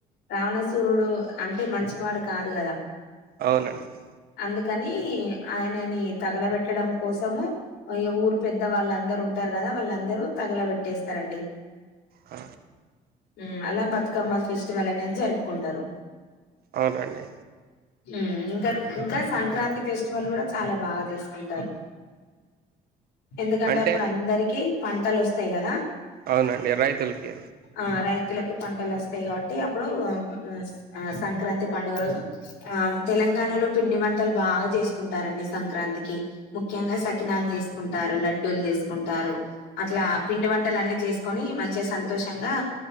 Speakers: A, on the left; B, on the right.
A: రావణసూరుడు అంటే మంచివాడు కాదు కదా
B: అవునండి
A: అందుకని ఆయనని తగలబెట్టడం కోసము అయ ఊరు పెద్ద వాళ్ళందరు ఉంటారు కదా వాళ్ళందరూ తగలబెట్టేస్తారండి
B: ఆ
A: మ్మ్ అలా బతుకమ్మ ఫెస్టివల్ అనేది జరుపుకుంటారు
B: అవునండి
A: మ్మ్ ఇంకా ఇంకా సంక్రాంతి ఫెస్టివల్ కూడా చాలా బాగా చేస్తాం ఉంటారు ఎందుకంటే
B: అంటే
A: అప్పుడు అందరికి పంటలు వస్తాయి కదా
B: అవునండి రైతులకి
A: ఆ రైతులకు పంటలు వస్తాయి కాబట్టి అప్పుడు ఆ ఆ సంక్రాంతి పండుగ రోజు ఆ తెలంగాణలో పిండి వంటలు బాగా చేసుకుంటారండి సంక్రాంతికి ముఖ్యంగా సక్కినాలు చేసుకుంటారు లడ్డూలు చేసుకుంటారు అట్లా పిండి వంటలన్ని చేసుకొని మంచిగా సంతోషంగా